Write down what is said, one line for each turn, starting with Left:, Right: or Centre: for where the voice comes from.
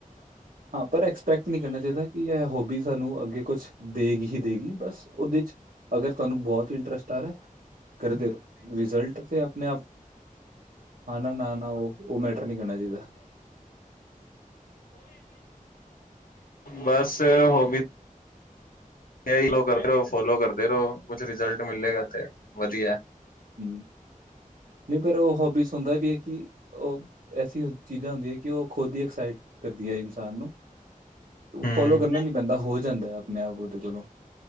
Right: ਹਾਂ ਪਰ ਐਕਸਪੈਕਟ ਨਹੀਂ ਕਰਨਾ ਚਾਹੀਦਾ, ਕਿ ਇਹ ਹੋਬੀਸ। ਸਾਨੂੰ ਅੱਗੇ ਕੁਛ ਦਏਗੀ ਹੀ ਦਏਗੀ, ਬਸ ਉਹਦੇ ਚ ਅਗਰ ਤੁਹਾਨੂੰ ਬਹੁਤ ਇੰਟਰਸਟ ਆ ਰਿਹਾ। ਕਰਦੇ ਰਹੋ। ਰਿਜ਼ਲਟ ਤੇ ਆਪਣੇ ਆਪ ਨਾ ਨਾ ਨਾ ਨਾ ਉਹ ਉਹ ਮੈਟਰ ਨਹੀਂ ਕਰਨਾ ਚਾਹੀਦਾ।
Left: ਬੱਸ ਹੋ ਵੀ ਇਹੀ ਲੋ ਕਰਦੇ ਰਹੋ । ਫੋਲੋ ਕਰਦੇ ਰਹੋ । ਕੁਛ ਰਿਜਲਟ ਮਿਲੇਗਾ ਤੇ ਵਧੀਆ।
Right: ਹਮ! ਨਹੀਂ ਪਰ ਉਹ ਹੋਬੀਜ਼ ਹੁੰਦਾ ਵੀ ਹੈ। ਕਿ ਉਹ ਐਸੀ ਚੀਜ਼ਾਂ ਹੁੰਦੀਆਂ ਹੈ, ਕਿ ਉਹ ਖੁਦ ਹੀ ਐਕਸਾਈਟ ਕਰਦੀਆਂ ਇਨਸਾਨ ਨੂੰ ।
Left: ਹੂੰ।
Right: ਫੋਲੋ ਕਰਨਾ ਨੀ ਪੈਂਦਾ ਹੋ ਜਾਂਦਾ ਆਪਣੇ ਆਪ ਉਹਦੇ ਕੋਲੋਂ।